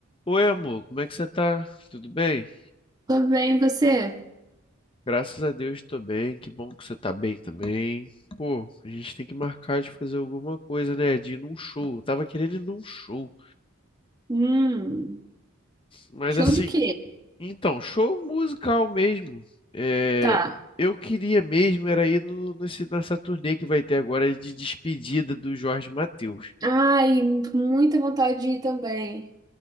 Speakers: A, on the left; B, on the right.
A: Oi, amor, como é que você tá? Tudo bem?
B: Tudo bem, você?
A: Graças a Deus tô bem, que bom que você tá bem também. Pô, a gente tem que marcar de fazer alguma coisa, né? De ir num show. Eu tava querendo ir num show.
B: Hum,
A: Mas
B: show
A: assim,
B: de quê?
A: então, show musical mesmo. É,
B: Tá.
A: eu queria mesmo era ir no, nesse, nessa turnê que vai ter agora de despedida do Jorge Mateus.
B: Ai, muita vontade de ir também.